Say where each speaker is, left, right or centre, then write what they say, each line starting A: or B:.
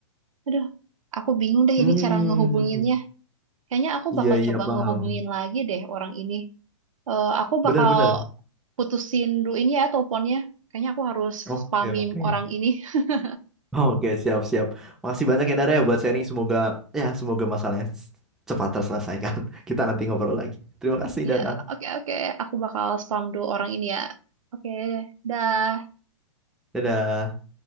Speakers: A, on the right; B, in the centre.
A: aduh aku bingung deh
B: Hmm,
A: ini cara ngehubunginnya kayaknya aku
B: iya
A: bakal
B: iya
A: coba
B: paham.
A: ngehubungin lagi deh orang ini Eh, aku
B: Bener-bener.
A: bakal putusin dulu ini ya teleponnya. Kayaknya aku harus
B: Oke
A: spamin
B: oke.
A: orang ini. <laughs>
B: Oke siap siap. Makasih
A: Oke,
B: banyak ya Dara ya buat sharing. Semoga ya semoga masalahnya cepat terselesaikan. <laughs> Kita nanti ngobrol lagi. Terima kasih
A: ya,
B: Dara.
A: oke, oke. Aku bakal spam dulu orang ini ya. Oke, dah.
B: Dadah.